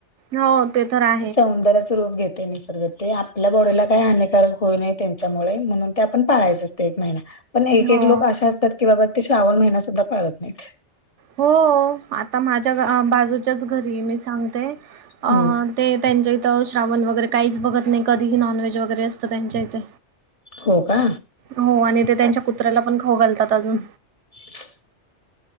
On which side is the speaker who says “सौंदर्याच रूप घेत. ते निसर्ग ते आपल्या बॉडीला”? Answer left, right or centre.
Left